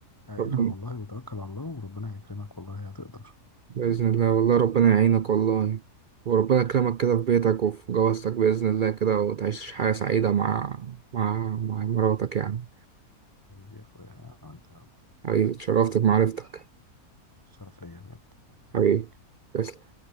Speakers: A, on the left (about 30°); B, on the right (about 70°).
A: عائلها
B: ربنا
A: والله وتوكل على الله وربنا هيكرمك والله هتقدر
B: بإذن الله والله ربنا يعينك والله وربنا يكرمك كده في بيتك وفي جوازتك بإذن الله كده وتعيش حياة سعيدة مع مع مع مراتك يعني
A: حبيبي يا اخويا انت
B: حبيبي اتشرفت بمعرفتك
A: شرف ليا بجد الله يخليك
B: حبيبي تسلم